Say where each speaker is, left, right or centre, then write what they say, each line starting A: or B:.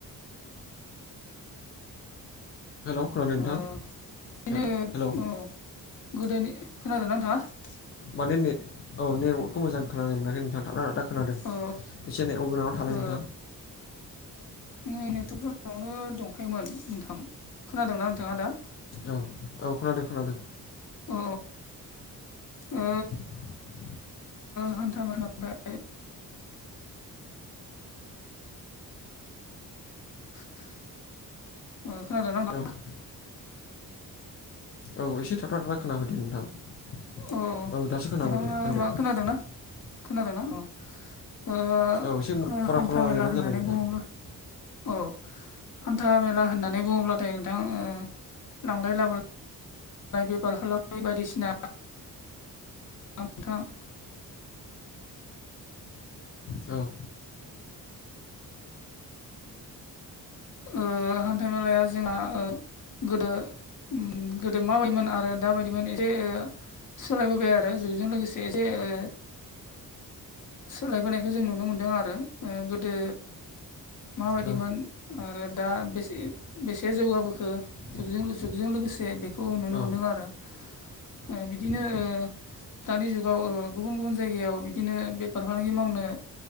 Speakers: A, on the left (about 40°); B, on the left (about 55°).
A: हेल' खोनादों नोंथां
B: ओ बिदिनो
A: हे-हेल'।
B: औ गोदोनि खोनादोंना नोंथाङा
A: माने नेट औ नेटवर्कखौ मोजां खोनानाय मोनाखै नोंथां थाबथा थाबथा खोनादों। खोनादों
B: औ
A: एसे नेटवर्क गोनाङाव थालाय
B: ओ
A: नोंथां।
B: आङो नेटवर्क गोनाङावनो दंखायोमोन नोंथां खोनादोंना नोंथाङा दा?
A: औ औ खोनादों खोनादों।
B: अ ओ।
A: <inaudible>
B: हान्था मेलायाव <unintelligible> ओ खोनादोंना नोथाङा?
A: <unintelligible> औ एसे थाबफ्लाा थाब्ला खोनाफैदो नोंथां।
B: अओ
A: औ दासो खोनाबाय
B: नोंथाङा
A: दे होनदो
B: मा खोनादोंना खोनादोंना ओ? ओ
A: औ एसे खरा
B: हान्था
A: खरा रायलायबानो
B: मेला होननानै
A: जाबाय नोंथां
B: बुङोब्लाथाय औ हान्था मेला होननानै बुङोब्लाथाय नोंथां लांलाय लाबोलाय। बेफार खालामनाय बायदिसिना। नोंथां।
A: औ
B: ओ हान्था-मेलाया जोंहा ओ गोदो ओम गोदो माबायदिमोन आरो दाबायदिमोन एसे ओ सोलायबोबाय आरो जुगजों लोगोसे एसे ओ सोलायबोनायखौ जों नुनो मोनदों आरो ओ गोदो माबायदिमोन
A: औ
B: आरो दा बेसे बेसे जौगाबोखो जुगजों जुगजों लोगोसे बे खौ नुनो
A: औ
B: मोनदों आरो ओ बिदिनो ओ दानि जुगाव ओ गुबुन गुबुन जायगायाव बिदिनो बेफार फालांगि मावनो